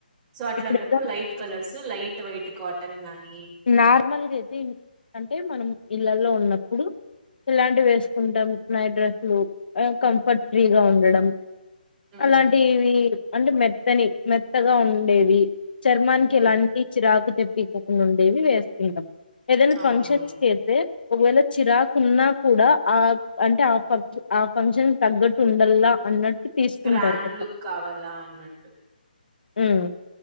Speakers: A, on the right (about 20°); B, on the left (about 70°).
A: సో అట్లాంటప్పుడు
B: ఇప్పుడు
A: light colours light white cotton గాని
B: నార్మల్గా అయితే ఇన్ అంటే మనం ఇళ్లల్లో ఉన్నప్పుడు ఇలాంటివి వేసుకుంటాం నైట్ డ్రెస్ లు కంఫర్ట్ ఫ్రీగా ఉండడం
A: హ్మ్.
B: అలాంటివి అంటే మెత్తని మెత్తగా ఉండేవి చర్మానికి
A: హ్మ్.
B: ఎలాంటి చిరాకు తెప్పివ్వకుండా ఉండేవి వేస్కుంటం ఏదైనా
A: అవునవును.
B: ఫంక్షన్స్ కేతే ఒకవేళ చిరాకు ఉన్నా కూడా ఆ అంటే ఆ ఫంక్ష ఆ ఫంక్షన్ తగ్గట్టు ఉండల్లా అన్నట్టు తీసుకుంటారు
A: గ్రాండ్
B: కొంతమంది
A: లుక్ కావాలా అన్నట్టు
B: ఉమ్